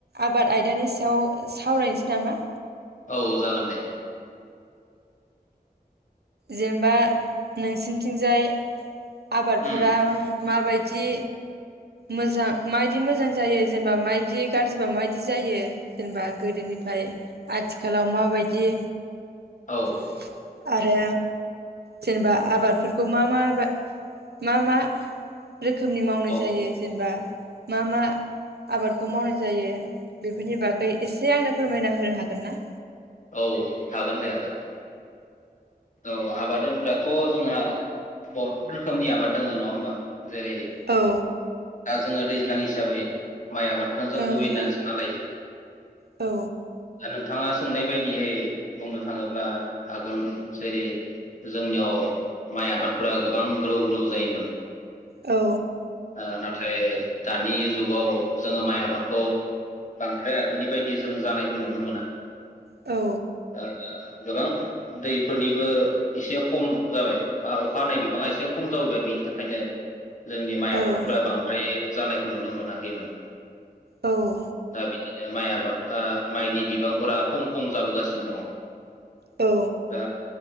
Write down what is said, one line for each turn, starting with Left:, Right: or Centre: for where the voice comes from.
Right: आबाद आयदानि सायाव सावरायनोसै नामा।
Left: औ जागोन दे।
Right: जेनेबा नोंसिनिथिंजाय। आबादफोरा
Left: उम
Right: माबायदि। मोजां माबायदि मोजां। जायो जेनेबा माइदि। गाज्रिबा माबायदि जायो जेनेबा गोदोनिफ्राय आथिखालाव माबायदि।
Left: औ
Right: <inaudible> आरो जेनेबा आबादफोरखौ मा मा बा मा मा। रोखोमनि मावनाय
Left: औ
Right: जायो जेनेबा। मा मा आबादखौ मावनाय जायो बेफोरनि बागै एसे आंनो फोरमायना होनो हागोन ना।
Left: औ हागोन दे हागोन। औ आबाद होनग्राथ' जोंहा बहुद रोखोमनि आबाद दोङ नङा होमबा। जेरै दा
Right: औ
Left: जोङो दै। दैज्लां हिसाबै। माइ आबादखौ जों
Right: ओं
Left: गबै होनना सानना लायो
Right: औ
Left: दा नोंथाङा। सोंनाय बायदियै बुंनो थाङोब्ला आगोल। जेरै जोंनियाव माइ आबादफोरा गोबां ग्रौ ग्रौ जायोमोन‌।
Right: औ।
Left: नाथाय दानि जुगाव जोङो माइ आबादखौ बांद्राय आगोलनि बायदि जों जानायखौ नुनो मोना।
Right: औ
Left: औ। गोबां दै। फोरनिबो एसे खम जाबाय बा अखा हानाय बिबाङा एसे खम जाबोबाय बेनि थाखायनो। जोंनि माइ
Right: औ
Left: आबादफोरा बांद्राय। जानायखौ नुनो मोनाखैमोन।
Right: औ
Left: दाबिदि माइ आबाद ओ माइनि बिबांफोरा खम खम जाबोगासिनो दङ।
Right: औ।
Left: ओ